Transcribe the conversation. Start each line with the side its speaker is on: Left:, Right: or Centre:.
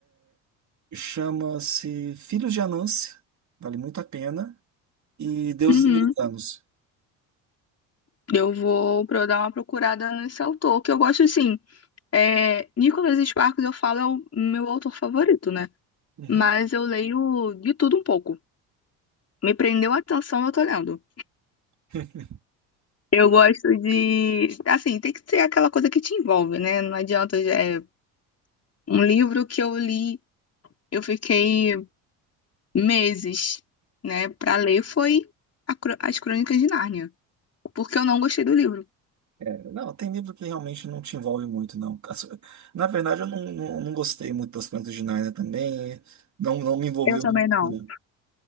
Right: chama-se Filhos de Anansi, vale muito a pena, e Deuses
Left: Uhum.
Right: Americanos.
Left: Eu vou pro- dar uma procurada nesse autor, que eu gosto, assim, É, Nicholas Sparks, eu falo, é o meu autor favorito, né?
Right: Uhum.
Left: Mas eu leio de tudo um pouco. Me prendeu a atenção, eu tô lendo.
Right: <laughs>
Left: Eu gosto de. Assim, tem que ser aquela coisa que te envolve, né? Não adianta. É um livro que eu li, eu fiquei meses, né, pra ler, foi a Cro- As Crônicas de Nárnia. Porque eu não gostei do livro.
Right: É, Não, tem livro que realmente não te envolve muito, não. As- Na verdade, eu não, não, não gostei muito das Crônicas de Nárnia também. Não, não me envolveu
Left: Eu também
Right: muito,
Left: não.
Right: não.